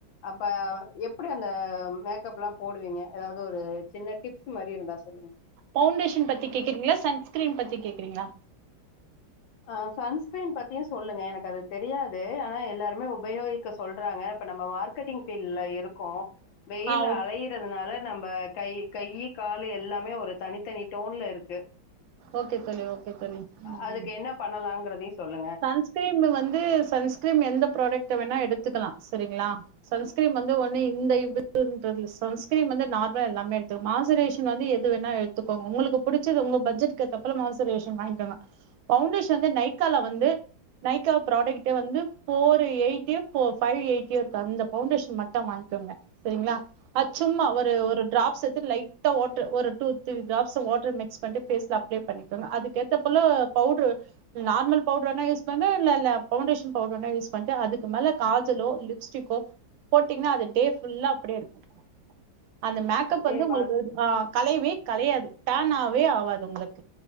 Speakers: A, on the left; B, on the right.
A: அப்ப எப் எப்டி அந்த மேக்கப் எல்லாம் போடுவீங்க ஏதாவது ஒரு சின்ன டிப்ஸ் மாரி இருந்தா சொல்லுங்க
B: பவுண்டேஷன் பத்தி கேக்குறீங்களா சன்ஸ்கிரீன் பத்தி கேக்குறீங்களா
A: ஆ சன்ஸ்கிரீன் பத்தியு சொல்லுங்க எனக்கு அது தெரியாது ஆனா எல்லாருமே உபயோகிக்க சொல்றாங்க இப்ப நம்ம மார்க் க்கெட்டிங் பீட்ல இருக்கோ வெயில்ல
B: ஆ ஓக்
A: அலைய் யருதுனால நம்ம கை கை கால் எல்லாமே ஒரு தனித்தனி டோன்ல இருக்கு
B: ஓகே தோழி ஓகே தோழி ம்
A: அதுக்கு
B: ம்
A: என்ன பண்ணலாங்கறதையு சொல்லுங்க
B: சன்ஸ்கிரீம் வந்து சன்ஸ்கிரீம் எந்த ப்ராடக்ட் வேணா எடுத்துக்கலா செரிங்களா சன்ஸ்கிரீம் வந்து ஒன்னு இந்த இதுன்றதுயில் சன்ஸ்கிரீன் வந்து நார்மலா எல்லாமே எடுத்துக்கு மாசுரேஷ் வந்து எது வேணா எடுத்துக்கோங்க உங்களுக்கு புடிச்சது உங்க பட்ஜெட்க்கு ஏத்த போல மாய்ஷ்ரேசன் வாங்கிங்கோங்க பவுண்டேஷன் வந்து நைக்கால வந்து நைக்கா ப்ராடக்ட்ட வந்து ஃபோர் எய்டிட்டியோ ஃபைவ் எய்டியோ இருக்கு அந்த பவுண்டேஷன் மட்டு வாங்கிக்கோங்க செரிங்களா அச்சும்மா ஒரு ஒரு டிராப்ஸ் எடுத்துட்டு லைட்டா ஒரு டூ திரி டாட் வாட்டர் மிக்ஸ் பண்ணிட்டு பேஸ்ல அப் அப்ளே பண்ணிக்கோங்க அதுக்கு ஏத்த போல பவுடரு நார்மல் பவுடர்னா யூஸ் பண்ணு இல்ல இல்ல பவுண்டேஷன் பவுடர் வேண யூஸ் பண்ட்டு அதுக்கு மேல காஜலோ லிப்ஸ்டிக்கோ போட்டிங்கன்னா அது டே ஃபுல்லா அப்டியே இருக்கு அந்த மேக்கப்
A: அப்டியே
B: வந்து உங்களுக்கு ஆ கலையவே கலையாது டேன் ஆவே ஆவாது உங்களுக்குக்